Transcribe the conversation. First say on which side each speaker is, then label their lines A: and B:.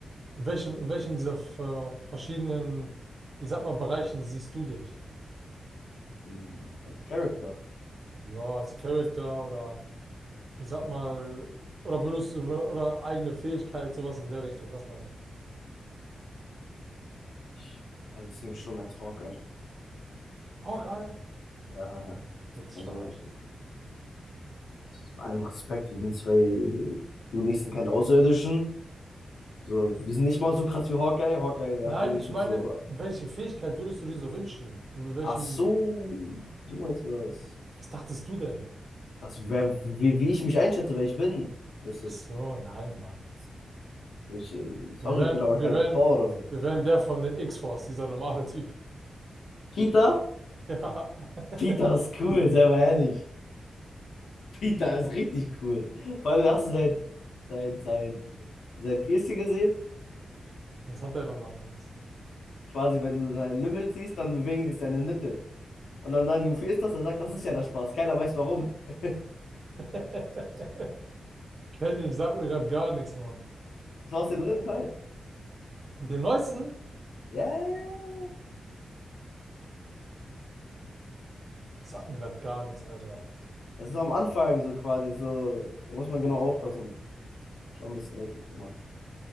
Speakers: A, on the right; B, on the left.
A: welchem, in welchen dieser ver- verschiedenen, ich sag mal, Bereichen siehst du dich?
B: mh, als Charakter.
A: Ja, als Charakter oder ich sag mal, oder würdest du, oder eigene Fähigkeit, sowas in der Richtung, das meine ich.
B: Ich, also ich sehe mich schon als Hawkeye.
A: Hawkeye?
B: Ja, ja.
A: Hätte ich
B: Also
A: verarscht.
B: bei allem Respekt, wir sind zwei, du und ich sind keine Außerirdischen. So, wir sind nicht mal so krass wie Hawkeye. Hawkeye
A: Nein,
B: hat wenigstens
A: ich meine,
B: so,
A: welche Fähigkeit würdest du dir so wünschen? Und mit welchem,
B: ach so, so meinst du das?
A: was dachtest du denn?
B: Das wäre, wie, wie ich mich einschätze, wer ich bin. Mäßig.
A: Ach so, nein, Mann.
B: Ich, äh, sorry,
A: Wir wären,
B: ich will aber
A: wir
B: kein
A: wären,
B: Tor oder so.
A: wir wären der von den X-Force, dieser normale Typ.
B: Peter?
A: <laughs>
B: Peter
A: Ja.
B: ist cool, sei mal ehrlich. Peter ist richtig cool. Vor allem hast du sein, sein, sein, sein Piercing gesehen.
A: Was hat der nochmal, Hans?
B: Quasi, wenn du seinen Lümmel ziehst, dann bewegen sich seine Nippel. Und dann sagen die, wofür ist das? Er sagt, das ist ja der Spaß. Keiner weiß warum. <laughs>
A: <laughs> Kenny, sagt mir gerade gar nichts, Mann.
B: Das war aus dem dritten Teil.
A: Und den neuesten?
B: Ja. Yeah.
A: Sagt mir gerade gar nichts, Alter.
B: Das ist so am Anfang so quasi so. Da muss man genau aufpassen. Schon ein bisschen eklig gemacht.